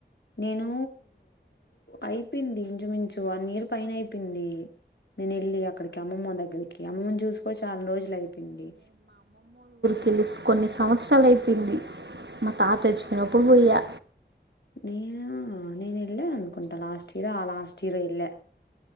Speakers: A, on the left (about 75°); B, on the right (about 85°).
A: నేను అయిపోయింది. ఇంచుమించు వన్ ఇయర్ పైనే అయిపోయింది. నేను వెల్లి అక్కడికి అమ్మమ్మ దగ్గర అమ్మని చూసుకొని చాలా రోజులు అయిపోయింది.
B: తెలుసు కొన్ని సంవత్సరాలు అయిపోయింది. మా తాత చచ్చిపోనప్పుడు పోయా
A: నేనా నేను వెళ్ళాను అనుకుంటా లాస్ట్ ఇయర్ ఆ లాస్ట్ ఇయర్ వెళ్ళా